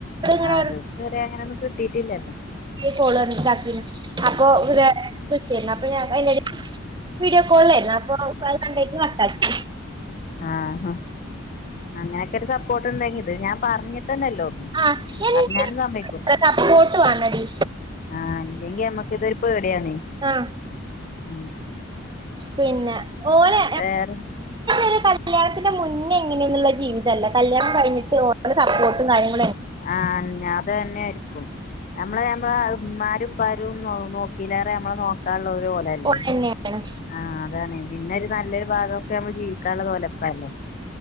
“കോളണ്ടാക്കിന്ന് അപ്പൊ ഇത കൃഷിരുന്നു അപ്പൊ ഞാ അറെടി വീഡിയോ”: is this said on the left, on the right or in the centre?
Right